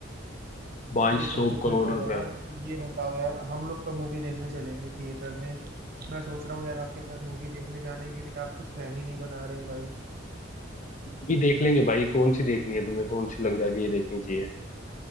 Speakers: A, on the left; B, on the right.
A: 2200
B: ये सब तो ठीक
A: करोड़
B: है
A: रुपया
B: यार ये बताओ यार हम लोग कब मूवी देखने चलेंगे थिएटर में मैं सोच रहा हूँ यार आपके साथ मूवी देखने जाने के लिए आप कुछ प्लान ही नहीं बना रहे हो भाई
A: भी देख लेंगे भाई कौन सी देखनी है तुम्हें कौन सी लग रहा है कि ये देखनी चाहिए